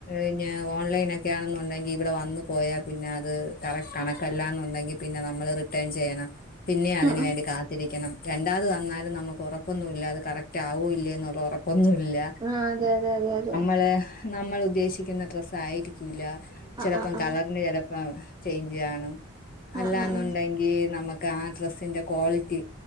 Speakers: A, on the left; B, on the right.
A: പിന്നെ ഓൺലൈൻ ഒക്കെയാണെന്നുണ്ടെങ്കി ഇവിടെ വന്ന് പോയാ പിന്നെ അത് കറക്റ്റ് കണക്കല്ലാന്നുണ്ടെങ്കിൽ പിന്നെ നമ്മള് റിട്ടേൺ ചെയ്യണം പിന്നെ അതിന്
B: ഉം ഉം
A: വേണ്ടി കാത് ത്തിരിക്കണം രണ്ടാത് വന്നാലും നമക്ക് ഉറപ്പൊന്നുല്ല അത് കറക്റ്റ് ആകോ ഇല്ലെ എന്നുള്ള ഉറപ്പൊന്നും ഇല്ല
B: ആ അതെ അതെ അതെ അതെ
A: അതെ നമ്മൾ ഉദ്ദേശിക്കുന്ന ഡ്രസ്സായിരിക്കൂല്ല
B: ആ
A: ചെലപ്പോ
B: ആ ആ
A: കളറിൻ ചെ ആ ചേയ്ഞ്ച് ചെയാണം
B: ആ
A: അല്ലാന്നുണ്ടെങ്കി
B: ആ ആ
A: ഇ നമ്മക്ക് ആ ഡ്രസിന്റെ ക്വാളിറ്റി